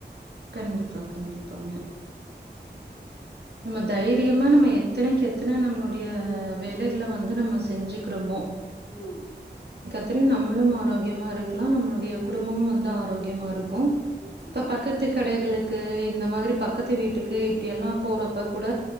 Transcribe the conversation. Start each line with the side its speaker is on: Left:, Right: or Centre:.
Right: கண்டிப்பா கண்டிப்பாங்க
Left: ம்
Right: நம்ம தைரியமா நம்ம எத்தனைக்கு எத்தன நம்மளுடைய வேலைகளை வந்து நம்ம செஞ்சுிக்கிறோமோ
Left: உம்
Right: தெ நம்மளும் ஆரோக்கியமா இருக்கலாம் நம்மளுடைய குடும்பமம் வந்து ஆரோக்கியமா இருக்க க்கும்
Left: நிச்சயமா
Right: இப்ப பக்கத்து கடைக தூ இந்த மாரி பக்கத்து வீட்டுக்கு இப்படியல்லாம் போற அப்ப கூட